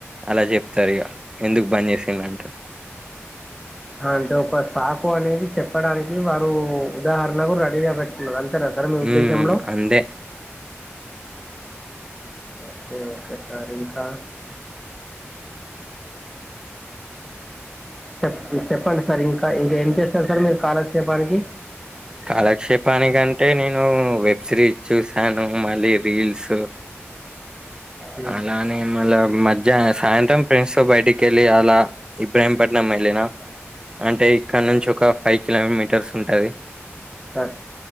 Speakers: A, on the right; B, in the centre.
A: అలా చెప్తారు ఇగ ఎందుకు బన్ చేసిండ్రు అంటే
B: అంటే ఒక సాకు అనేది చెప్పడానికి వారు ఉదాహరణకు రెడీగా పెట్టుకున్నారు అంతే అంతేనా సార్ మీ ఉద్దేశంలో
A: ఉమ్ అంతే
B: ఓకే ఓకే సార్ ఇంకా చెప్ చెప్పండి సార్ ఇంకా ఇంకా ఏం చేస్తారు. సార్ మీరు కాలాక్షేపానికి
A: కాలక్షేపాని అంటే నేను వెబ్ సిరీస్ చూసాను మళ్ళీ రీల్స్
B: ఉమ్,
A: అలా నేేను మళ్ళ మధ్యాహ సాయంత్రం ఫ్రెండ్స్ తో బయటికి వెళ్ళి అలా ఇబ్రాహీంపట్నం ఏళ్ళిన
B: అ
A: అంటే ఇక్కడ నుంచి ఒక ఫైవ్ కిలోమీటర్స్ ఉంటది
B: సార్